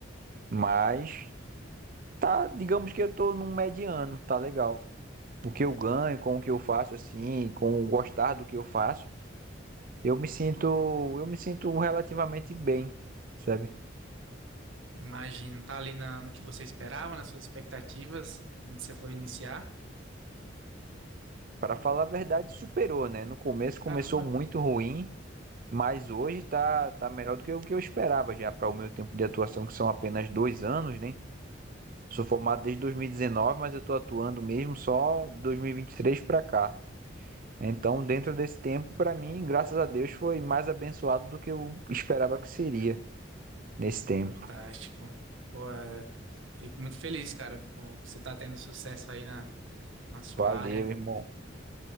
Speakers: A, on the right (about 45°); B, on the right (about 85°).
A: mas tá, digamos que eu tô num mediano, tá legal. O que eu ganho, com o que eu faço assim, com o gostar do que eu faço Eu me sinto, eu me sinto relativamente bem, sabe?
B: Imagino, tá ali na, no que você esperava, nas suas expectativas, quando você foi iniciar.
A: Para falar a verdade, superou, né? No começo começou
B: Caramba.
A: muito ruim, mas hoje tá, tá melhor do que o que eu esperava já para o meu tempo de atuação, que são apenas dois anos, né? Sou formado desde 2019, mas eu estou atuando mesmo só dois mil e e vinte e três para cá. Então, dentro desse tempo, para mim, graças a Deus, foi mais abençoado do que eu esperava que seria nesse tempo.
B: Fantástico. Pô, é, fico muito feliz, cara, por você estar tendo sucesso aí na, na sua
A: Valeu,
B: área,
A: irmão.